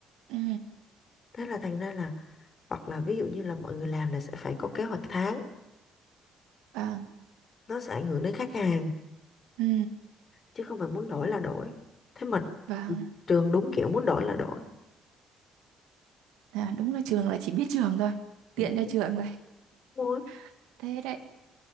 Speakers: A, on the right (about 65°); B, on the left (about 40°).
A: ừ.
B: thế là thành ra là hoặc là ví dụ như là mọi người làm là sẽ phải có kế hoạch tháng
A: vâng
B: nó sẽ ảnh hưởng đến khách hàng
A: ừ.
B: chứ không phải muốn đổi là đổi thế mà
A: vâng
B: trường đúng kiểu muốn đổi là đổi
A: à, đúng là trường là chỉ biết trường thôi
B: Ừ,
A: tiện cho
B: đúng
A: trường thôi
B: thôi
A: <laughs> thế đấy